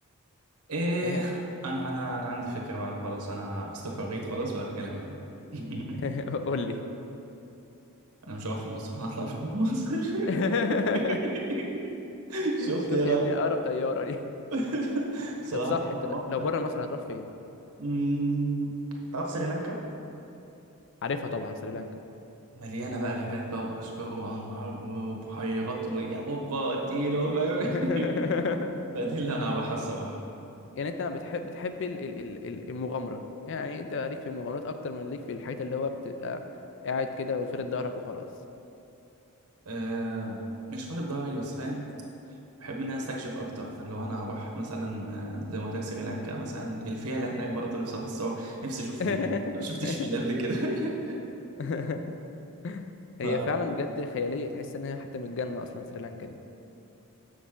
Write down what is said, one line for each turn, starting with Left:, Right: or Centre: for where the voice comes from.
Right: ايه
Left: فاهم
Right: انا انا انا عندي فكره بقى انا خلاص انا استقريت خلاص بعد كلامك ده <laughs>
Left: <laughs> قول لي
Right: انا مش هروح في مصر انا هطلع بره مصر
Left: <laughs>
Right: <laughs> شفت
Left: شوف
Right: ايه رايك
Left: يا ابني أقرب طيارة دي
Right: <laughs> صراحه
Left: طب صح انت
Right: هروح
Left: ل- لو بره مصر هتروح فين
Right: أمم، تعرف سريلانكا
Left: عارفها طبعا سريلانكا
Right: مليانه بقى غابات بقى واشجار وانهار وبحيرات واوبا اديله فاهم
Left: <laughs>
Right: <laughs> ده دي اللي انا هروحها الصراحه
Left: يعني انت ما بتحب بتحب ال- ال- ال- ال- المغامره يعني انت ليك في المغامرات اكتر من ليك في الحاجات اللي هو بتبقى قاعد كده وفرد ظهرك وخلاص
Right: أه مش فارد ضهري بس فاهم بحب ان انا استكشف اكتر فاللي هو انا هروح مثلا آه، زي ما قلت لك سريلانكا مثلا الفيله
Left: اه
Right: هناك برضه نفسي اروح اتصور نفسي اشوف
Left: <laughs>
Right: فيله ما شفتش فيله قبل كده <laughs>
Left: <laughs> هي
Right: ف
Left: فعلا بجد خياليه تحس ان هي حتى من الجنه اصلا سريلانكا دي